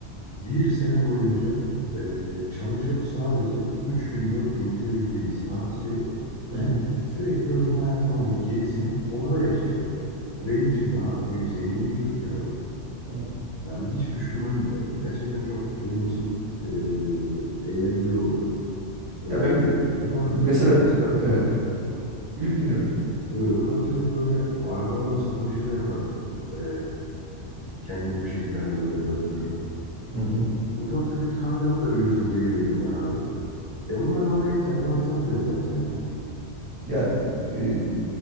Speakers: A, on the left (about 40°); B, on the right (about 65°).
A: Bir sene boyunca e, çalışıp sadece 3 gün 4 gün gidebildiğimiz tatili ben
B: Hı hı.
A: sürekli ömrü hayatımı hani gerisini orada yaşayacağım. Benim için daha büyük zenginlik yok ya abi.
B: Evet.
A: Yani hiç düşünmem bile. Gerçekten çok benim için e, eğlenceli olur. E,
B: Ya ben
A: ufak
B: mesela
A: tefek mesela
B: evet
A: hı,
B: yü dinliyorum.
A: e, ufak tefek böyle araba alım satım işi de yaparım. E, kendimi bir şekilde hani böyle döndürürüm.
B: Hı hı.
A: Ufak tefek tamirat da biliyorsun geliyor elimden abi. E bunlar bana yeter de artar bile zaten ya.
B: Ya e,